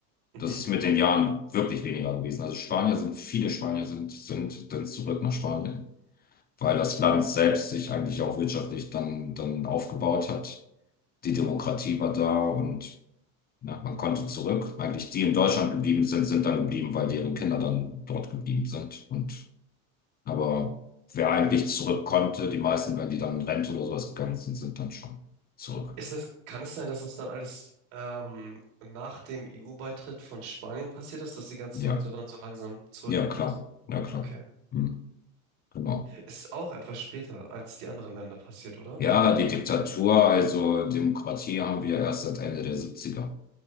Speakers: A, on the right; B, on the left.
A: Mhm.
B: Das ist mit den Jahren wirklich weniger gewesen. Also Spanier sind, viele Spanier sind, sind dann zurück nach Spanien, weil das Land selbst sich eigentlich auch wirtschaftlich dann, dann aufgebaut hat. Die Demokratie war da und ja, man konnte zurück. Eigentlich die in Deutschland geblieben sind, sind dann geblieben, weil deren Kinder dann dort geblieben sind. Und aber wer eigentlich zurück konnte, die meisten, wenn die dann in Rente oder sowas gegangen sind, sind dann schon zurück.
A: Ist das, kann es sein, dass das dann alles ähm, nach dem EU-Beitritt von Spanien passiert ist, dass die ganzen
B: Ja,
A: Leute dann so langsam zurückgekommen
B: ja, klar.
A: sind?
B: Ja, klar.
A: Okay.
B: Hm, genau.
A: Ist auch etwas später als die anderen Länder passiert, oder?
B: Ja, die Diktatur, also Demokratie haben wir erst seit Ende der 70